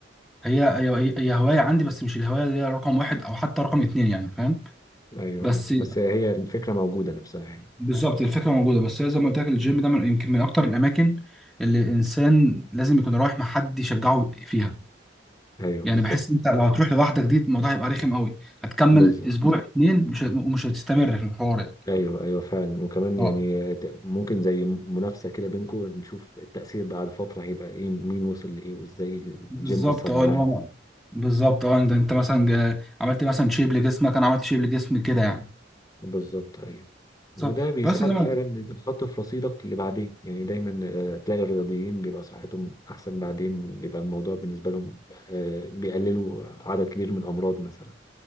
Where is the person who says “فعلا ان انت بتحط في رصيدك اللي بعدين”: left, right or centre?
Left